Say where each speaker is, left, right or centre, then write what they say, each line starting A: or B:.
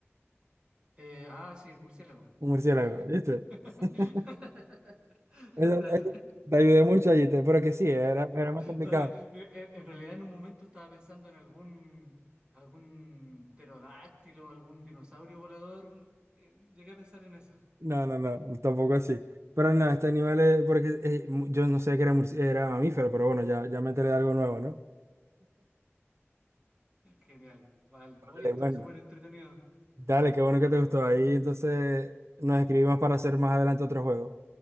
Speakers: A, on the right; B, on the right.
A: Eh, ah, sí, el murciélago.
B: Un murciélago, ¿viste?
A: <laughs>
B: <laughs> Eso-
A: Dale.
B: eso- te ayudé mucho allí, te- pero que sí, era, era más complicado.
A: Dale. Eh, eh, En realidad en un momento estaba pensando en algún, algún pterodáctilo, algún dinosaurio volador. Eh, llegué a pensar en eso.
B: No, no, no, tampoco así. Pero no, este animal es, porque eh, mu- yo no sé que era, murci- era mamífero, pero bueno, ya, ya me métele algo nuevo, ¿no?
A: Genial, vale. Hoy
B: Dale,
A: estuve
B: bueno,
A: súper entretenido.
B: dale, qué bueno que te gustó. Ahí entonces nos escribimos para hacer más adelante otro juego.